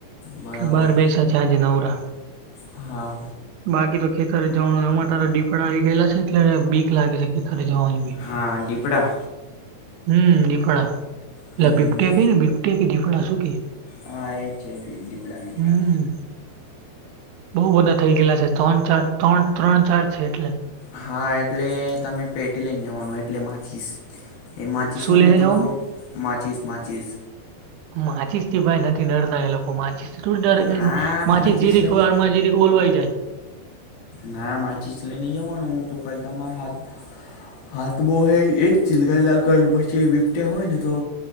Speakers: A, on the left; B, on the right.
A: બરોબર
B: બાર બેસા છે આજે નવરા.
A: હા!
B: બાકી તો ખેતર જવાનું. આમા તો દીપડા આવી ગયેલા છે. એટ બીક લાગે છે રે જવાની બી
A: હા દીપડા
B: હમ દીપડા.
A: હમ
B: લ બિબટિયા ક ને બિબટિયા કે દીપડાસુ કે.
A: હા એજ છે. દીપડા દીપડા
B: હમ બહુ બધા થઇ ગેલા છે ત્રણ ચાર ત્રણ ત્રણ ચાર છે
A: હા એટલે તમે પેટી લઈ જવાનુ એટલે માચીશ એ માચીસ
B: શું
A: હોય
B: લઈને
A: ને તો
B: જવાનું
A: માચીસ માચીસ
B: માચીસ થી ભાઈ નથી ડરતા એ લોકો માચીસ દૂર તારે
A: ના
B: કઈ નઈ માચીસ જીરિક
A: લઈને
B: વાર મા જરીક ઓલવાઈ જાય
A: ના માચીજ લઈ નઈ જવાનું કઈ તમાર હાથ માં હાથ બો હે એજ ચીલગલા પછી બીપત્યા હોય ને તો